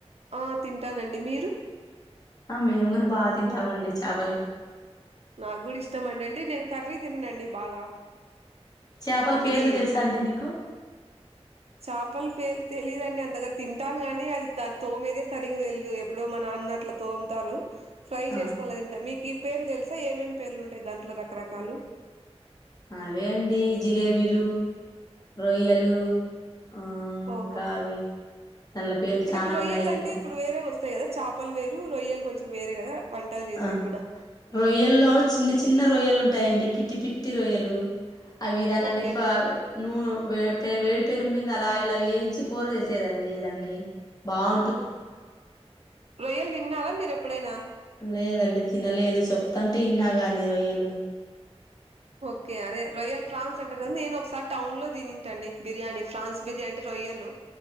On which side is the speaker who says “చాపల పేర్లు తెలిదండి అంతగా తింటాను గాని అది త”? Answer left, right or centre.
Right